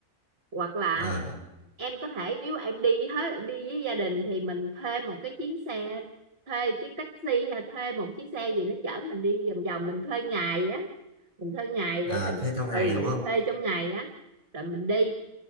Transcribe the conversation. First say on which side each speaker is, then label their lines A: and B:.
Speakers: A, on the right; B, on the right.
A: hoặc là
B: ờ
A: em có thể nếu em đi hết đi với gia đình thì mình thuê một cái chuyến xe thuê chiếc taxi hay thuê một chiếc xe gì nó chở mình đi vòng vòng mình thuê ngày á mình thuê ngày
B: ờ,
A: để mình
B: thuê trong ngày
A: ừ
B: đúng không
A: thuê trong ngày á rồi mình đi